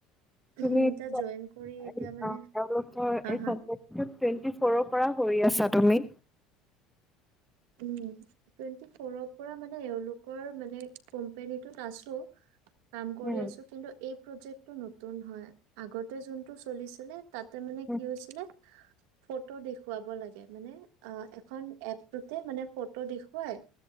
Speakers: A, on the right (about 75°); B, in the centre.
A: এতিয়া
B: তুমি তেওঁলোকৰ
A: জইন কৰি এতিয়া মানে
B: এই‌
A: হা হা
B: প্ৰজেক্টটোত টুৱেণ্টি ফ'ৰৰ পৰা কৰি আছা তুমি
A: উম টুৱেন্টি ফৰৰ পৰা মানে এওঁলোকৰ মানে কোম্পনীটোত আছো কাম কৰি
B: উম,
A: আছো কিন্তু এই প্ৰজেক্ট টো নতুন হয় আগতে যোনটো চলিছিলে তাতে মানে
B: উম,
A: কি হৈছিলে ফটো দেখুৱাব লাগে মানে অ এখন এপ তাতে মানে ফটো দেখুৱাই